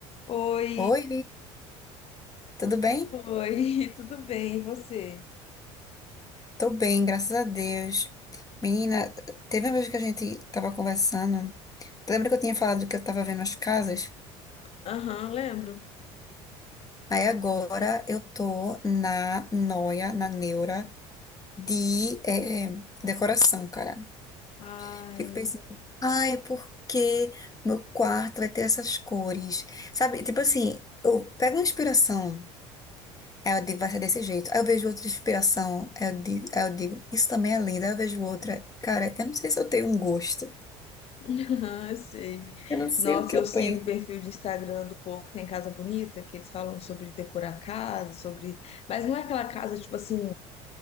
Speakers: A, on the left (about 45°); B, on the left (about 25°).
A: Oi,
B: Oi, tudo bem?
A: oi, <laughs> tudo bem, e você?
B: Tô bem, graças a Deus. Menina, teve uma vez que a gente tava conversando. Lembra que eu tinha falado que eu tava vendo as casas?
A: Aham, lembro.
B: Aí agora eu tô na noia, na neura de eh, eh, decoração, cara.
A: Ai,
B: Fico pensando, ai, por que meu quarto vai ter essas cores? Sabe, tipo assim, eu pego uma inspiração. É, eu digo, vai ser desse jeito. Aí eu vejo outra de inspiração, aí eu digo, aí eu digo, isso também é lindo. Aí eu vejo outra, cara, eu não sei se eu tenho um gosto.
A: <laughs> aham, eu sei.
B: Eu não sei
A: Nossa,
B: o que eu
A: eu sigo
B: penso.
A: o perfil de Instagram do povo que tem casa bonita, que eles falam sobre decorar casa, sobre. Mas não é aquela casa, tipo assim,